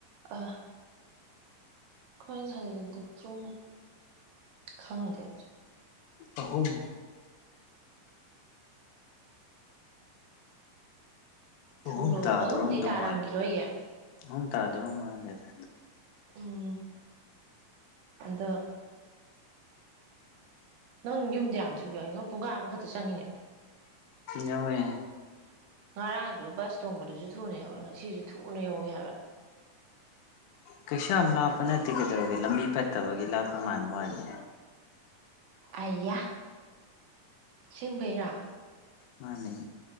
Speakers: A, on the right; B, on the left.
A: ꯑ ꯑꯩꯣꯏꯅ ꯍꯜꯂꯤꯗꯨ ꯄꯨꯡ ꯈꯪꯗꯦ
B: ꯑꯍꯨꯝ
A: ꯊ
B: ꯑꯍꯨꯝ ꯇꯥꯗꯣꯔꯝꯗꯧ
A: ꯑꯍꯨꯝꯗꯤ ꯇꯥꯔꯝꯈꯤꯔꯣꯏꯌꯦ
B: ꯃꯥꯜꯂꯦ ꯑꯍꯨꯝ ꯇꯥꯗꯔꯣ ꯃꯥꯜꯂꯦꯗ
A: ꯎꯝ ꯑꯗ ꯅꯪ ꯌꯨꯝꯗ ꯌꯥꯝ ꯊꯨ ꯌꯥꯎꯏꯣ ꯄꯨꯡꯒꯥ ꯑꯃꯈꯛꯇ ꯆꯪꯉꯤꯅꯦ
B: ꯌꯥꯋꯦ
A: ꯉꯔꯥꯡꯁꯨ ꯕꯁ ꯇꯣꯡꯕꯗꯨꯁꯨ ꯊꯨꯅ ꯌꯥꯧꯋ ꯁꯤꯁꯨ ꯊꯨꯅ ꯌꯧ ꯌꯥꯕ
B: ꯀꯩꯁꯨ ꯌꯥꯝ ꯂꯥꯞꯄ ꯅꯠꯇꯦ ꯀꯩꯗꯧꯒꯦ ꯂꯝꯕꯤ ꯐꯠꯇꯕꯒꯤ ꯂꯥꯞꯄ ꯃꯥꯟꯕ ꯋꯥꯅꯤ
A: ꯑꯌꯥ ꯁꯁꯤꯡꯕꯩꯔꯥ
B: ꯃꯥꯅꯤ